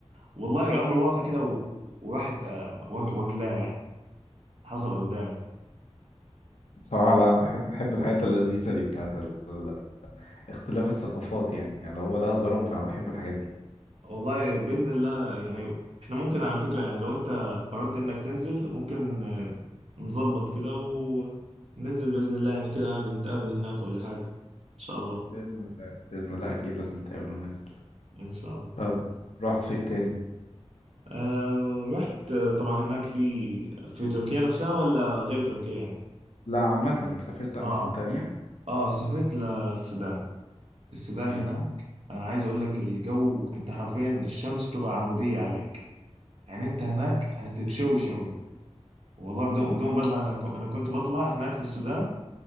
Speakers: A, on the right; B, on the left.
A: والله امر واقع كده و... وراحت آه، وا- واكلاه يعني حصل قدامي
B: صراحة لا أنا بحب بحب الحاجات اللذيذة دي بتاعت ال- ال- اختلاف الثقافات يعني يعني لو هو ده هزارهم فأنا بحب الحاجات دي
A: والله بإذن الله يعني احنا ممكن على فكرة يعني لو انت قررت انك تنزل ممكن آه، نظبط كده وننزل بإذن الله يعني كده عادي نتقابل هناك ولا حاجة ان شاء الله
B: بإذن الله بإذن الله أكيد لازم نتقابل وننزل
A: ان شاء الله
B: طب رحت فين تاني؟
A: آه رحت آه، طبعا هناك في في تركيا نفسها ولا غير تركيا يعني
B: لا عامة سافرت أماكن
A: اه
B: تانية
A: اه سافرت للسودان السودان
B: مم.
A: هناك انا عايز اقول لك الجو انت حرفيا الشمس بتبقى عمودية عليك يعني انت هناك
B: مم.
A: هتتشوي شوي والله بدون بدون مبالغة أنا ك- أنا كنت بطلع هناك في السودان